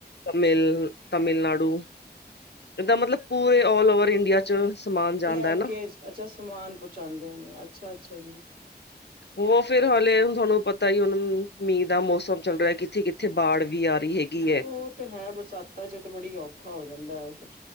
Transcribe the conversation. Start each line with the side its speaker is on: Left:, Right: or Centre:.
Left: ਮਿਲ, ਤਮਿਲਨਾਡੂ, ਇਦਾ ਮਤਲਬ ਪੂਰੇ ਆਲ ਓਵਰ ਇੰਡੀਆ ਚ ਸਮਾਨ ਜਾਂਦਾ
Right: ਲੈ
Left: ਹੈ ਨਾ।
Right: ਕੇ, ਅੱਛਾ ਸਮਾਨ ਪਚਾਉਂਦੇ ਹੋਣੇ। ਅੱਛਾ-ਅੱਛਾ ਜੀ।
Left: ਉਹ ਫੇਰ ਹਾਲੇ, ਤੁਹਾਨੂੰ ਪਤਾ ਹੀ ਹੁਣ ਮੀਂਹ ਦਾ ਮੌਸਮ ਚੱਲ ਰਿਹਾ। ਕਿੱਥੇ-ਕਿੱਥੇ ਬਾੜ ਵੀ ਆ ਰਹੀ ਹੈਗੀ
Right: ਉਹ
Left: ਹੈ
Right: ਤੇ ਹੈ, ਬਰਸਾਤਾਂ ਚ ਤੇ ਬੜੀ ਔਖਾ ਹੋ ਜਾਂਦਾ ਐ <unintelligible>